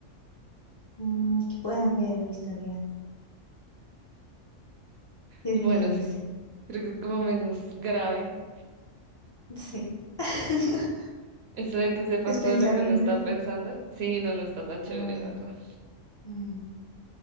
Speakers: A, on the left (about 35°); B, on the right (about 60°).
A: Mm, que puedan ver mi historial. Yo
B: Bueno,
A: diría que
B: sí,
A: sí.
B: creo que es como menos grave.
A: Sí. <laughs>
B: Eso de que sepan
A: Es pensamiento,
B: todo lo que uno está
A: sí.
B: pensando, sí, no, no está tan chévere,
A: Voy.
B: la verdad.
A: Mm,